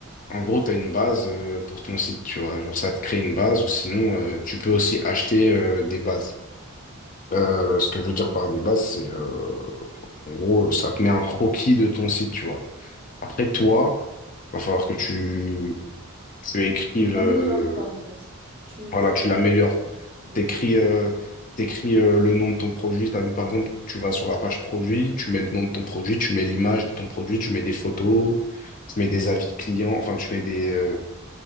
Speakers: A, on the left; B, on the right.
A: En gros, t'as une base euh, pour ton site, tu vois. Genre, ça te crée une base ou sinon, euh, tu peux aussi acheter euh, des bases. Euh, ce que je veux dire par des bases, c'est euh, en gros, ça te met un croquis de ton site, tu vois. Après, toi, va falloir que tu, tu écrives.
B: T'améliores
A: euh,
B: quoi en fait. Tu,
A: Voilà,
B: tu
A: tu
B: le,
A: l'améliores.
B: le-
A: T'écris euh, t'écris, euh, le nom de ton produit. T'as vu, par exemple, tu vas sur la page produit, tu mets le nom de ton produit, tu mets l'image de ton produit, tu mets des photos, tu mets des avis clients, enfin, tu mets des, euh,